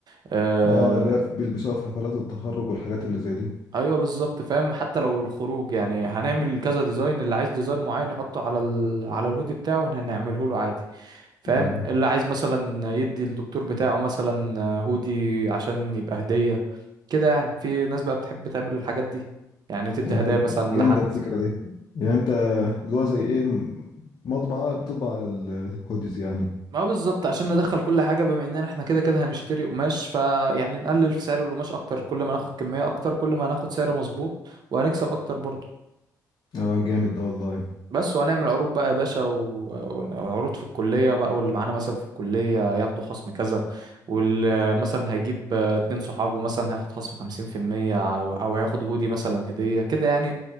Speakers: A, on the right; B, on the left.
A: آه،
B: اه لا بيلبسوها في حفلات التخرج والحاجات اللي زي دي
A: ايوه بالظبط فاهم حتى لو الخروج يعني هنعمل كذا ديزاين اللي عايز ديزاين معين يحطه على ال... على الهودي بتاعه هنعمله له عادي فاهم
B: ايوه
A: اللي عايز مثلا يدي الدكتور بتاعه مثلا هودي عشان يبقى هدية كده يعني في ناس بقى بتحب تعمل الحاجات دي يعني تدي
B: اه
A: هدايا مثلا
B: جامده
A: لحد
B: الفكره دي يعني انت اللي هو زي ايه م- مطبعه بتطبع على الهوديز يعني
A: ما هو بالظبط عشان ندخل كل حاجة بما اننا احنا كده كده هنشتري قماش فيعني نقلل في سعر القماش اكتر كل ما ناخد كمية اكتر كل ما هناخد سعر مظبوط وهنكسب اكتر برضه
B: اه جامد ده والله
A: بس وهنعمل عروض بقى يا باشا و- وعروض في الكلية بقى واللي معانا مثلا في الكلية ياخدوا خصم كذا ومثلا هيجيب آه، اتنين صحابه مثلا هياخد خصم خمسين في المية أو أو هياخد هودي مثلا هدية كده يعني